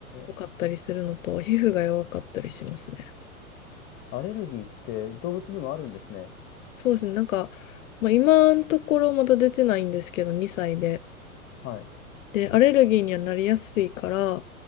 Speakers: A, on the left; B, on the left.
A: 多かったりするのと、
B: ー、
A: 皮膚が弱かったりしますね。
B: アレルギーって動物にもあるんですね。
A: そうですね、なんか、まあ、今のところまだ出てないんですけど、2歳で。
B: はい、
A: で、アレルギーにはなりやすいから、